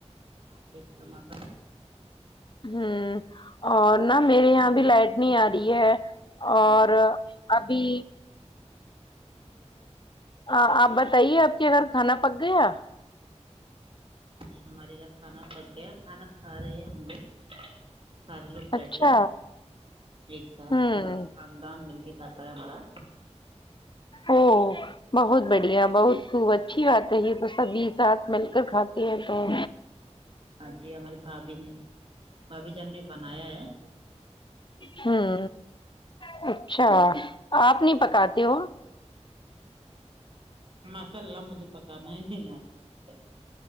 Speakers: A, on the right; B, on the left.
A: بالکل ماشاء اللہ۔
B: ہوں اور نہ میرے یہاں بھی لائٹ نہیں آ رہی ہے اور ابھی ہاں آپ بتائیے آپ کے گھر کھانا پک گیا
A: جی ہمارے گھر کھانا پکے کھانا کھا رہے ہیں ہ لو سارے لوگ بیٹھے
B: اچھا
A: ہیں ایک ساتھ
B: ہوں
A: پورا خاندان مل کے کھاتا ہے ہمارا
B: او بہت بڑھیا بہت خوب اچھی بات رہی تو سبھی ساتھ مل کر کھاتے ہیں تو
A: ہاں جی ہماری بھاابھی نے بھابی جان نے بنایا ہے <inaudible>
B: ہاں ہ اچھا آپ نہیں پکاتے ہو
A: مساللہ مجھے پکانا نہیں آتا ا